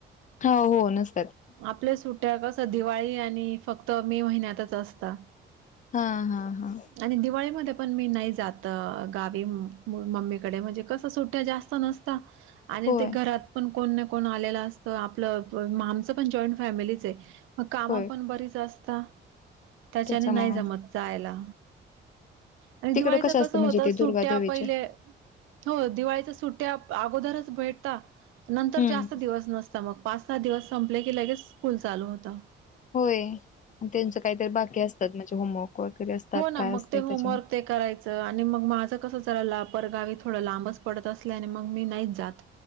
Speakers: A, on the left; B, on the right.
A: हो हो नस
B: आपल्या सुट्यां कसं दिवाळी आणि फक्त मे महिन्यातच असता.
A: हा हा हा
B: आणि दिवाळी मध्ये पण मी नाही जात अ, गावी मम्मीकडे म्हणजे कसं सुट ट्या जास्त नसता, आणि
A: होय
B: ते घरात पण कोण ना कोण आलेलं असतं आपले माणस पण जॉईंट फॅमिलीच ये, मग कामं
A: होय
B: पण बरीच असता. त्यांच्याने
A: त्याच्यामुळं
B: नाही जमत जायला. आणि दिवाळीच
A: तिकडं
B: कसं
A: असतं
B: होतं
A: म्हणजे ते
B: सुट्या
A: दुर्गा देवीचे
B: पहिले हो, दिवाळीचं ट्या अगोदरच भेटता, नंतर
A: हम्म
B: जास्त दिवस नसता मग पाच सहा दिवस संपले फोन चालू होता.
A: होय? त्यांचं काहीतरी बाकी असतात. म्हणजे होमवर्क वगैरे असतात
B: हो ना
A: काय
B: मग
A: असते
B: ते होमवर्क
A: त्याच्यामध्ये,
B: ते करायचं आणि मग माझं कसं जरा लापरगावी थोडं लांबचं पडत असल्याने मग मी नाहीच जात,